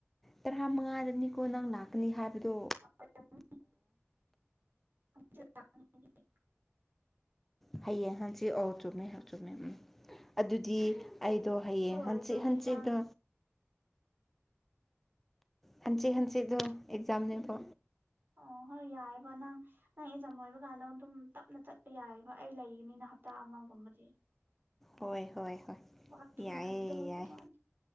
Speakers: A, in the centre; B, on the right.
A: ꯇꯔꯥ ꯃꯉꯥꯗꯅꯤꯀꯣ ꯅꯪ ꯂꯥꯛꯀꯅꯤ ꯍꯥꯢꯕꯗꯣ
B: <unintelligible> <unintelligible>
A: ꯍꯌꯦꯡ ꯍꯪꯆꯤꯠ ꯑꯣ ꯆꯨꯝꯃꯦ ꯑꯣ ꯆꯨꯝꯃꯦ ꯎꯝ ꯑꯗꯨꯗꯤ ꯑꯩꯗꯣ ꯍꯌꯦꯡ
B: ꯑꯗꯨ ꯑꯣꯏꯔꯁꯨ
A: ꯍꯟꯆꯤꯠ ꯍꯪꯆꯤꯠꯗꯣ
B: ꯆꯦꯆꯥꯡ
A: ꯍꯟꯆꯤꯠ ꯍꯟꯆꯤꯗꯣ ꯑꯦꯛꯖꯥꯝꯅꯦꯕꯣ
B: ꯑꯣ ꯍꯣꯏ ꯌꯥꯏꯕ ꯅꯪ ꯅꯪ ꯑꯦꯛꯖꯥꯝ ꯂꯣꯏꯕ ꯀꯥꯟꯗ ꯑꯗꯨꯝ ꯇꯞꯅ ꯆꯠꯄ ꯌꯥꯏꯑꯕ ꯑꯩ ꯂꯩꯒꯅꯤꯅ ꯍꯞꯇꯥ ꯑꯃꯒꯨꯝꯕꯗꯤ
A: ꯍꯣꯏ ꯍꯣꯏ ꯍꯣꯏ
B: ꯋꯥꯛ ꯊꯨꯅ
A: ꯌꯥꯏꯑꯦ
B: ꯍꯟꯒꯗꯧꯗꯤ
A: ꯌꯥꯏ
B: ꯃꯥꯜꯂꯦ